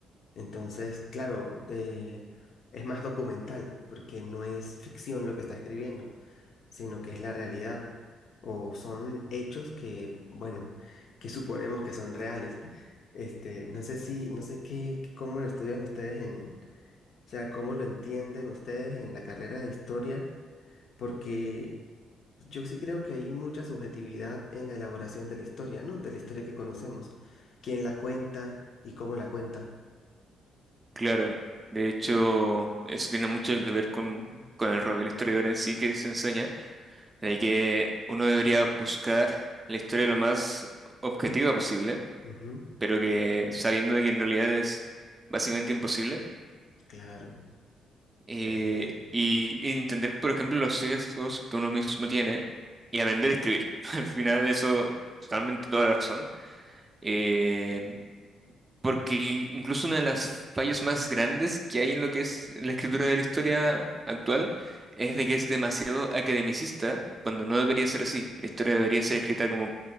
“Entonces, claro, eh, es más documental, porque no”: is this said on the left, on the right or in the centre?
Left